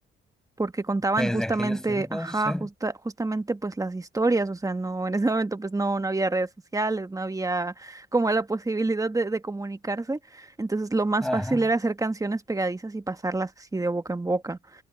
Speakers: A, on the right; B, in the centre.
A: porque contaban
B: Desde
A: justamente,
B: aquellos tiempos,
A: ajá,
B: sí.
A: justa- justamente pues las historias, o sea, no, en ese <laughs> momento pues no, no había redes sociales, no había como la posibilidad de, de comunicarse, entonces lo más
B: Ajá.
A: fácil era hacer canciones pegadizas y pasarlas así de boca en boca.